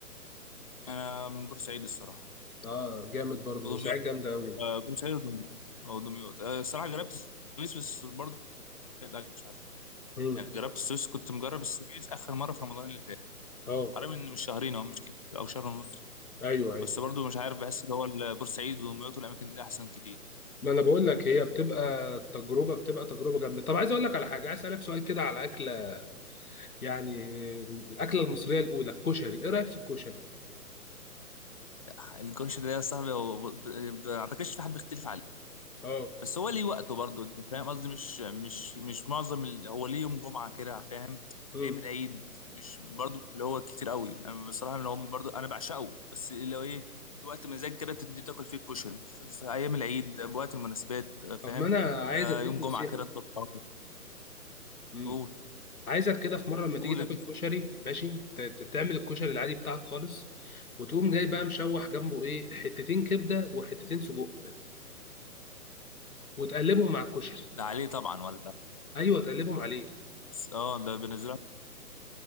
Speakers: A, on the left (about 25°); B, on the left (about 65°).
A: انا من بورسعيد الصراحه
B: اه جامد برضه
A: ودمياط
B: بورسعيد جامده قوي
A: آه، بورسعيد ودمياط او دمياط آه، الصراحه جربت السويس بس برضه كانت أكل، مش عارف
B: امم
A: يعني جربت السويس كنت مجرب السويس اخر مره في رمضان اللي فات
B: اه
A: حرام ان مش شهرين او مش كتير او شهر ونص
B: ايوه ايوه
A: بس برضه مش عارف بحس ان هو ال- بورسعيد ودمياط والاماكن دي احسن كتير
B: ما انا بقول لك هي بتبقى تجربه بتبقى تجربه جامده طب عايز اقول لك على حاجه عايز اسالك سؤال كده على اكله يعني آه، الاكله المصريه الاولى الكشري ايه رايك في الكشري
A: لا الكوش ده يا صاحبي هو- ب- ب- ما اعتقدش في حد بيختلف عليه
B: اه
A: بس هو ليه وقته برضه انت فاهم قصدي مش مش مش معظم ال... هو ليه يوم جمعه كده فاهم
B: امم
A: ايام العيد مش برضه اللي هو كتير قوي انا بصراحه اللي هو برضه انا بعشقه بس اللي هو ايه في وقت مزاج كده تدي تاكل فيه الكشري ف- في ايام العيد وقت المناسبات آه، فاهم
B: طب ما انا عايز
A: آه
B: اديك
A: يوم
B: نصيحه
A: جمعه كده
B: كده
A: تطلع.
B: امم
A: قول
B: عايزك كده في مره لما تيجي
A: قول
B: تاكل
A: انت.
B: كشري ماشي ت- ت- تعمل الكشري العادي بتاعك خالص وتقوم جاي بقى مشوح جنبه ايه حتتين كبده وحتتين سجق وتقلبهم مع الكشري
A: ده عليه طبعا ولا لا؟
B: ايوه تقلبهم عليه
A: بس اه ده بينزلها